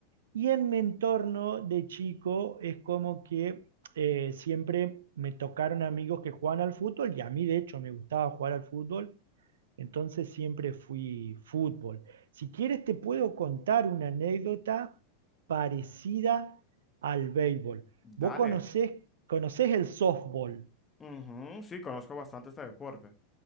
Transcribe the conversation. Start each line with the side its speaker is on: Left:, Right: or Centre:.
Right: Y en mi entorno de chico es como que eh, siempre me tocaron amigos que juegan al fútbol y a mí de hecho me gustaba jugar al fútbol, entonces siempre fui fútbol. Si quieres te puedo contar una anécdota parecida al béisbol.
Left: dale.
Right: Vos conocés, conocés el softball.
Left: Ujú, Sí, conozco bastante este deporte.